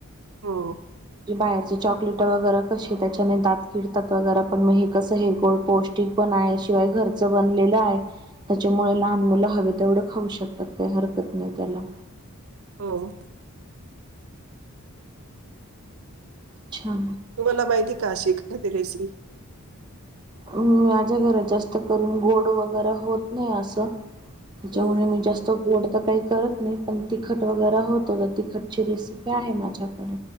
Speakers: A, on the right; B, on the right.
A: हो
B: ही बाहेरचे चॉकलेट वगैरे कशी त्याच्याने दात किडतात वगैरे, पण मग हे कसं हे गोड पौष्टिक पण हाय शिवाय घरचा बनलेलं हाय. त्याच्यामुळे लहान मुलं हवे तेवढं खाऊ शकतात, काही हरकत नाही त्याला.
A: हो.
B: अच्छा
A: तुम्हाला माहिती का शेखादि रेसिपी
B: माझ्या घरात जास्त करून गोड वगैरे होत नाही असं त्याच्यामुळे
A: हम्म
B: मी जास्त गोड तर काही करत नाही पण तिखट वगैरे होतो त तिखटची रेसिपी आहे माझ्याकडे